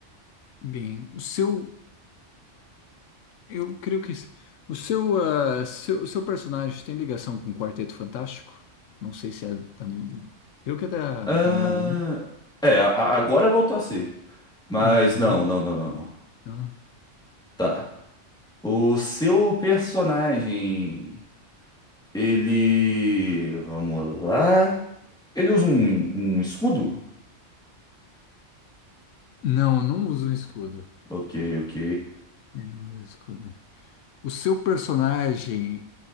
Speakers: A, on the left; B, in the centre.
A: Bem, o seu. Eu creio que s- o seu, ah, seu, o seu personagem tem ligação com o Quarteto Fantástico? Não sei se é da. Creio que é da,
B: Ah,
A: da Marvel, né?
B: é, a- a- agora voltou a ser. Mas
A: Uhum.
B: não, não, não, não, não.
A: Ah.
B: Tá. O seu personagem, ele. Vamos lá. Ele usa um, um escudo?
A: Não, não usa um escudo.
B: Ok, ok.
A: Eu não uso escudo. O seu personagem